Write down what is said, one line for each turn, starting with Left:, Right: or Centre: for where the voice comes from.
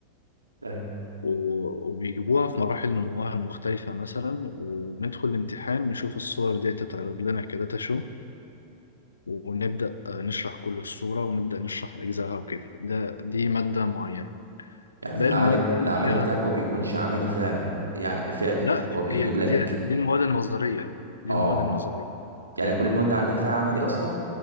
Right: ايوه
Left: و- وبيجيبوها في مراحل نموها المختلفة مثلا وبندخل الامتحان نشوف الصور دي تتعرض لنا كداتا شو ونبدأ آه، نشرح كل الصورة ونبدأ نشرح أجزائها وكده ده دي مادة معينة
Right: يعني
Left: باقي
Right: العمل
Left: المواد
Right: بت-
Left: بقى اللي
Right: العمل
Left: فيها
Right: بتاعكم بيكونش عملي فعلا يعني فعلي
Left: لا
Right: هو بيجيب
Left: هي دي
Right: لك
Left: دي المواد النظرية دي
Right: اه
Left: المواد النظرية
Right: يعني كل المواد عندك فيها عملي اصلا